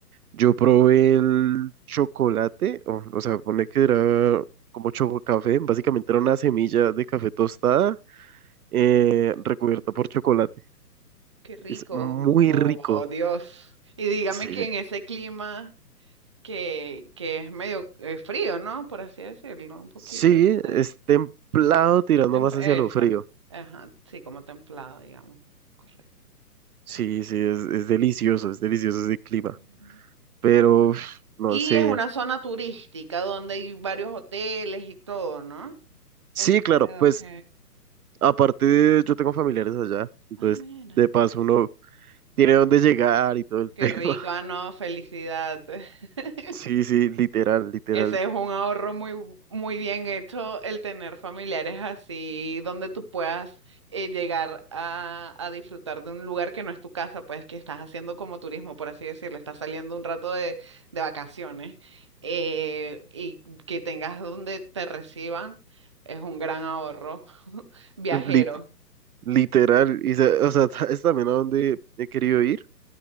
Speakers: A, on the right; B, on the right.
A: yo probé el chocolate, o, o sea, pone que era como chococafé, básicamente era una semilla de café tostada eh, recubierta por chocolate.
B: Qué rico.
A: Es muy
B: Oh,
A: rico.
B: Dios. Y dígame
A: Sí,
B: que en ese clima que, que es medio eh, frío, ¿no? Por así decirlo, un poquito.
A: sí,
B: Sí.
A: es templado tirando
B: Temp-
A: más
B: Eso.
A: hacia lo frío.
B: Ajá, sí, como templado, digamos. Correcto.
A: Sí, sí, es, es delicioso, es delicioso ese clima.
B: Mm.
A: Pero, uf, no
B: Y
A: sé.
B: es una zona turística donde hay varios hoteles y todo, ¿no?
A: Sí,
B: Este,
A: claro, pues
B: ok.
A: Aparte, yo tengo familiares allá, entonces
B: Ah, mira.
A: de paso
B: ok.
A: uno tiene dónde llegar y todo el
B: Qué
A: tema. <laughs>
B: rico, ah, no, felicidad. <laughs>
A: Sí, sí, literal, literal,
B: Ese es un ahorro muy, muy bien hecho, el tener familiares así, donde tú puedas eh, llegar a, a disfrutar de un lugar que no es tu casa, pues que estás haciendo como turismo, por así decirlo, estás saliendo un rato de, de vacaciones eh, y que tengas donde te reciban, es un gran ahorro <laughs> viajero.
A: lit- literal. Y, se, o sea, <laughs> es también a donde he querido ir,